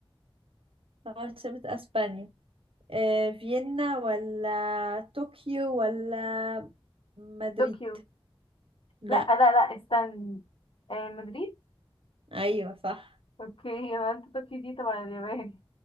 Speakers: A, on the right; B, on the left.
A: عاصمة اسبانيا أه... فيينا ولا طوكيو ولا مدريد
B: طوكيو
A: لا
B: لأ لأ لأ استني آه، مدريد
A: ايوه صح
B: اوكي يبقى انت طوكيو دي تبع اليابان